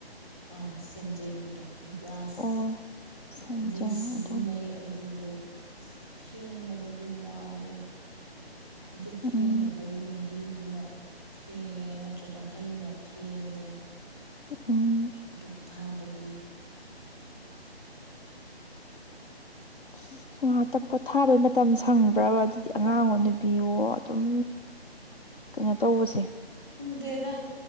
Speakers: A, on the left (about 20°); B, on the left (about 55°).
A: ꯑ ꯁꯤꯖꯦꯗꯣ ꯕ꯭ꯔꯥꯁ
B: ꯑꯣ ꯁꯦꯟꯖꯦꯡ
A: ꯑꯗꯨ ꯁꯤꯖꯤꯟꯅꯩ
B: ꯑꯗꯨꯝ
A: ꯑꯗꯨꯗꯨ ꯐꯦꯡꯕꯗꯗꯤ ꯋꯥꯏꯑ ꯑꯗꯨ ꯐꯦꯡꯅꯕꯒꯤ
B: ꯎꯝ
A: ꯃꯍꯤ ꯑꯗꯨꯅ ꯐꯦꯡꯉꯦ ꯅꯠꯇ꯭ꯔꯒ ꯍꯩꯅ ꯐꯦꯡꯉꯦ
B: ꯎꯝ
A: ꯨꯞ ꯊꯥꯕꯒꯤ
B: <inaudible> ꯉꯥꯛꯇ ꯄꯣꯊꯥꯕꯩ ꯃꯇꯝ ꯁꯪꯕ꯭ꯔꯕ ꯑꯗꯨꯗꯤ ꯑꯉꯥꯡ ꯑꯣ ꯅꯨꯕꯤꯌꯣ ꯑꯗꯨꯝ ꯀꯩꯅꯣ ꯇꯧꯕꯁꯦ
A: ꯗꯦꯗ